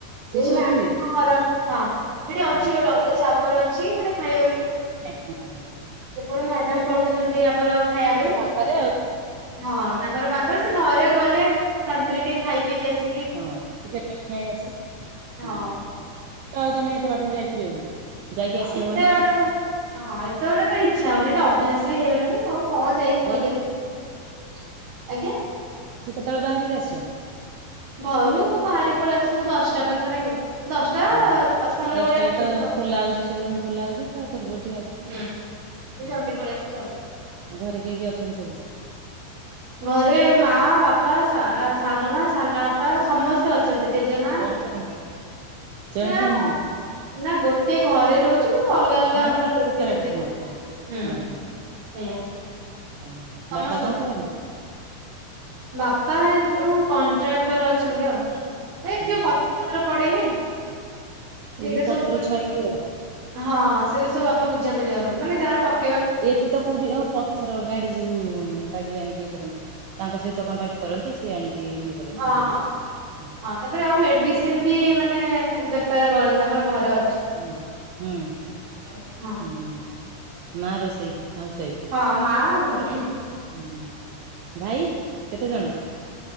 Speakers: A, on the right; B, on the right.
A: ସେଇ
B: ।ଏଇ
A: ସୋରୁମ
B: ମାଡାମ
A: ରେ?
B: ଘର ହଁ ସେଠି ଅଛି
A: ହଁ
B: ଗୋଟେ ଅଲଗା ଚାମର ଅ ଅଛି ମାନେ ଖାଇବା ପାଇଁ।
A: ହଁ ହଁ।
B: କେବଳ ମ୍ୟାଡାମ ପଳଉଛନ୍ତି। ତି ଆମର। ଖାଇବା ପାଇଁ।
A: ତ ପାଖରେ ଆଉ
B: ହଁ ତାଙ୍କର ବା ସେ ଘରେ ଗଲେ ସାନ୍ତ୍ରୀଟିିକେ ଖାଇ ପିକି ଆସି
A: ହଁ ଟିକେ <unintelligible> ଆସିବେ।
B: ହଁ
A: ଆଉ ତମେ ଏତେ ବାଟକୁ ଯାଇପାରିବ କି। ଯାଇକି ଆସି
B: ଏତେ
A: ହବନି
B: ବାଟ ଆଉ ହଁ ଏତେ ବାଟ ପାଇଁ ଇଛା ହଉନି। ଏଟାଅ ରି ହେଇଗଲାଣି ଆଉ କଣ ଯାଇକି
A: ଘରୁ
B: ଖାଇକି ଆସ ଆଜ୍ଞା।
A: ରୁ କେତେବେଳେ ବାହାରିକି ଆସ।
B: ଘରୁ ବାହାରି ପଳେଇ ଆସୁ ଦଶଟା ପାଖାପାଖି। ଦଶଟା
A: ହଁ
B: ଦଶ ପନ୍ଦର
A: ଦଶଟାରେ
B: ଭଳିଆ ଲାଗୁଛି
A: ତ ଖୋଲା ହୋଉଚି ସୋରୁମ ଖୋଲା ହୋଉଚି ତା ପୂର୍ବରୁ ଟିକେ ଆସୁଥିବ
B: ହୁଁ
A: ଆଉ?
B: ସେ
A: ହୁଁ
B: ଜଲ୍ଦି ପଳେଇ ଆସିଛୁ ଆଉ।
A: <inaudible> ଆଉ ଘରେ କିଏ କିଏ ଅଛନ୍ତି ସବୁ?
B: ଘରେ ମା ବାପା ସା-ସାନମା ସାନ ଆପା ସମସ୍ତେ ଅଛନ୍ତି। ଅଛନ୍ତି ଜେଜେମା
A: ଜଏଣ୍ଟ ଫ୍ୟାମିଲି
B: <inaudible>
A: ଜଏଣ୍ଟ
B: ନାଆ
A: ଫ୍ୟାମିଲି
B: ନା ଗୋଟେ ଘରେ ରୋହୁଚୁ କିନ୍ତୁ ଅଲଗା ଅଲଗା
A: ହଁ
B: ଆମର ରୋଷେଇ
A: ସେପାରେଟ
B: ବାସ
A: ହଁ
B: କରୁ <inaudible> ହୁଁ
A: ହଁ
B: <inaudible> ସେଇୟା
A: ହଁ
B: ସମସ୍ତରେ
A: ବାପା କଣ କରନ୍ତି?
B: <inaudible> ବାପା ଏଇ ଯୋଉ କଣ୍ଟ୍ରାକ୍ଟର ଅଛନ୍ତି ଆଉ। ଏ
A: ହଁ
B: ଯୋଉ ପଥର ଫତର ପଡେନି? <inaudible>
A: ଏଇ
B: ସେଇଟା
A: ଯୋଉ ପଥର
B: ସବୁ
A: ଛଇ ଯୋଉରା
B: ହଁ ସେଇଟା ସବୁ ବାପା ବୁଝାବୁଝି କରନ୍ତି। ମାନେ ଯାଆର ପଥର
A: ଏଠି ତ କୋଉଠି ଓ ପଥର ଗାଡି ଯୋଉ-ଉ ଗାଡିରେ ଆଣିକି ଇଏ କରନ୍ତି। ତାଙ୍କ ସହିତ କଣ୍ଟାକ୍ଟ କରନ୍ତି ସେ ସେ ଆଣିକି ଇଏ କରନ୍ତି
B: ହଁ
A: ବୁଝା
B: ହଁ
A: ବୁଝି କରନ୍ତି।
B: ହଁ
A: ଓହୋ
B: ହଁ ତାପରେ ଆଉ ମେଡିସିନ ବି ମାନେ ବେ ବେପାର କରନ୍ତି, ଆମର ଘରେ ଅ
A: ହୁଁ ହୁଁ
B: <unintelligible>
A: ହୁଁ ମା ରୋଷେଇ ହାଉସ ୱାଇଫ
B: ହଁ ମାଆ ଘରେ ହୁଁ
A: ହୁଁ, ଭାଇ କେତେ ଜଣ?